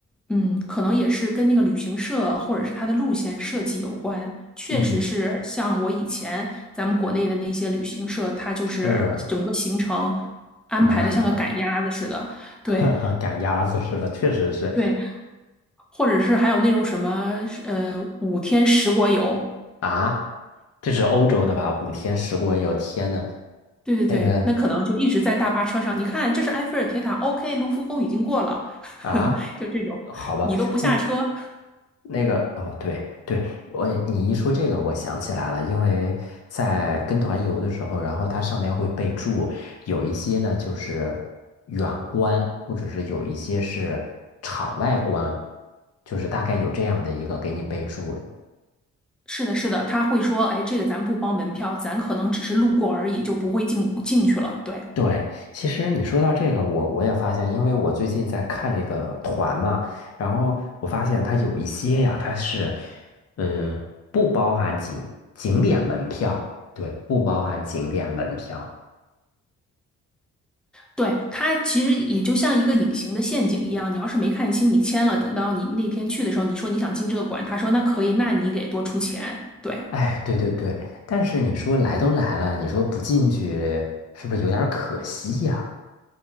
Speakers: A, in the centre; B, on the left.
A: 嗯，可能也是跟那个旅行社或者是它的路线设计有关。确实是像我以前咱们国内的那些旅行社，
B: 嗯，
A: 它就是整个行程
B: 是
A: 安排的像个赶鸭子似的。
B: 满满的，
A: 对
B: <laughs> 赶鸭子似的，确实是
A: 对，或者是还有那种什么，呃，五天十国游。
B: 啊。这是欧洲的吧？五天十国游，天呐，
A: 对对对，
B: 这个
A: 那可能就一直在大巴车上。你看，这是埃菲尔铁塔，OK，卢浮宫已经过了，
B: 啊，
A: <laughs> 就这种，
B: 好吧。
A: 你都不下车。
B: 嗯那个哦，对对，我你一说这个，我想起来了，因为在跟团游的时候，然后它上面会备注，有一些呢就是远观，或者是有一些是场外观，就是大概有这样的一个给你备注。
A: 是的，是的，他会说，哎，这个咱不包门票，咱可能只是路过而已，就不会进进去了。对，
B: 对，其实你说到这个，我我也发现，因为我最近在看这个团嘛，然后我发现它有一些呀，它是，嗯，不包含景景点门票，对，不包含景点门票。
A: 对，他其实也就像一个隐形的陷阱一样，你要是没看清，你签了，等到你那天去的时候，你说你想进这个馆，他说那可以，那你给多出钱。对，
B: 哎，对对对，但是你说来都来了，你说不进去是不是有点儿可惜呀？